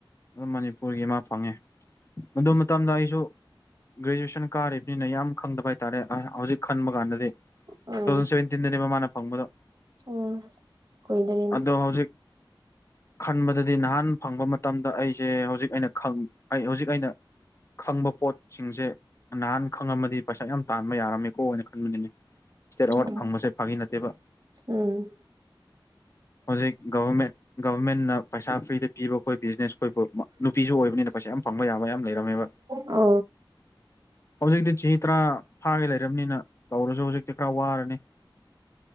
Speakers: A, on the left; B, on the right.
A: ꯑꯗꯨꯝ ꯃꯅꯤꯄꯨꯔꯒꯤ ꯑꯃ ꯐꯪꯉꯦ ꯃ ꯃꯇꯝꯗ ꯑꯩꯁꯨ ꯒ꯭ꯔꯦꯖꯨꯋꯦꯁꯟ ꯀꯥꯔꯤꯕꯅꯤꯅ ꯌꯥꯝ ꯈꯪꯗꯕ ꯍꯥꯏꯇꯥꯔꯦ ꯍꯧꯖꯤꯛ ꯈꯟꯕ ꯀꯥꯟꯗꯗꯤ ꯇꯨ
B: ꯎꯝ
A: ꯊꯥꯎꯖꯟ ꯁꯚꯦꯟꯇꯤꯟꯗ ꯃꯃꯥꯅ ꯐꯪꯕꯗꯣ
B: ꯎꯝ ꯀꯏꯗꯔꯤꯅꯤ
A: ꯑꯗꯣ ꯍꯧꯖꯤꯛ ꯈꯟꯕꯗꯗꯤ ꯅꯍꯥꯟ ꯐꯪꯕ ꯃꯇꯝꯗ ꯑꯩ ꯁꯦ ꯍꯧꯖꯤꯛ ꯑꯩꯅ ꯑꯩ ꯍꯧꯖꯤꯛ ꯑꯩꯅ ꯈꯪꯕ ꯄꯣꯠꯁꯤꯡꯁꯦ ꯅꯍꯥꯟ ꯈꯪꯉꯝꯃꯗꯤ ꯄꯩꯁꯥ ꯌꯥꯝ ꯇꯥꯟꯕ ꯌꯥꯔꯝꯃꯦꯀꯣꯅ ꯈꯟꯕꯅꯤꯅꯦ ꯏꯁꯇꯦꯠ ꯑꯦꯋꯥꯔꯗ
B: ꯎꯝ
A: ꯐꯪꯕꯁꯦ ꯐꯥꯒꯤ ꯅꯠꯇꯦꯕ
B: ꯎꯝ
A: ꯍꯧꯖꯤꯛ ꯒꯚꯔꯃꯦꯟ ꯒꯚꯔꯃꯦꯟꯅ ꯄꯩꯁꯥ ꯐ꯭ꯔꯤꯗ ꯄꯤꯕ ꯑꯩꯈꯣꯏ ꯕꯤꯖꯤꯅꯦꯁ ꯑꯩꯈꯣꯏ ꯅꯨꯄꯤꯁꯨ ꯑꯣꯏꯕꯅꯤꯅ ꯄꯁ ꯌꯥꯝ ꯐꯪꯕ ꯌꯥꯕ ꯌꯥꯝ ꯂꯩꯔꯝꯃꯦꯕ
B: ꯑ
A: ꯍꯧꯖꯤꯛꯇꯤ ꯆꯍꯤ ꯇꯔꯥ ꯐꯥꯒꯦ ꯂꯩꯔꯕꯅꯤꯅ ꯇꯧꯔꯁꯨ ꯍꯧꯖꯤꯛꯇꯤ ꯈꯔ ꯋꯥꯔꯅꯤ